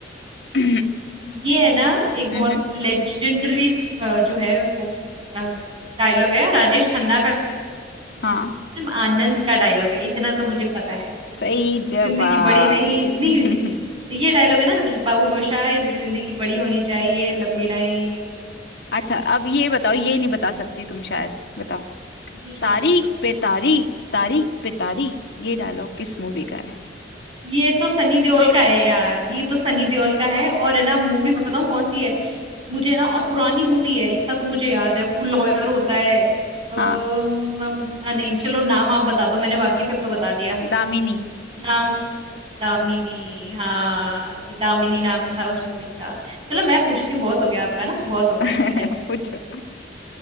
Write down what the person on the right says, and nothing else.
ये है ना एक बहुत
लेजेंडरी जो है वो डायलॉग है राजेश खन्ना का
फिल्म आनंद का डायलॉग है इतना तो मुझे पता है
जिंदगी बड़ी नहीं नहीं
ये डायलॉग है ना बाबू मोशाय जिंदगी बड़ी होनी चाहिए लंबी नहीं
पूछो
पूछो
ये तो सनी देओल का है यार ये तो सनी देओल का है और है ना मूवी बताऊं कौन सी है मुझे है ना और पुरानी मूवी है इतना तो मुझे याद है वो लॉयर होता है अम,
अम, आ, नहीं चलो नाम आप बता दो मैंने बाकी सब तो बता दिया
नाम दामिनी हाँ ये दामिनी नाम था उस मूवी का चलो मैं पूछती हूँ बहुत हो गया आपका ना बहुत हो गया
ठीक है